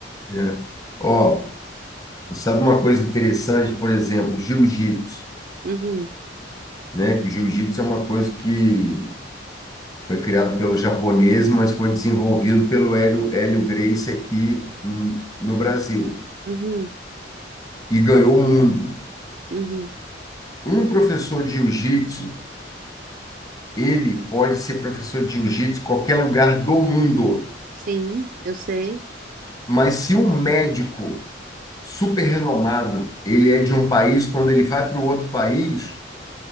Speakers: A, on the left; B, on the right.
A: né? Ó, sabe uma coisa interessante, por exemplo, jiu-jitsu,
B: Uhum,
A: né? Que o jiu-jitsu é uma coisa que foi criado pelo japonês, mas foi desenvolvido pelo Hélio, Hélio Gracie aqui hum, no Brasil
B: uhum,
A: e ganhou o mundo.
B: uhum.
A: Um professor de jiu-jitsu, ele pode ser professor de jiu-jitsu em qualquer lugar do mundo,
B: Sim, eu sei.
A: mas se um médico super renomado. Ele é de um país, quando ele vai para o outro país,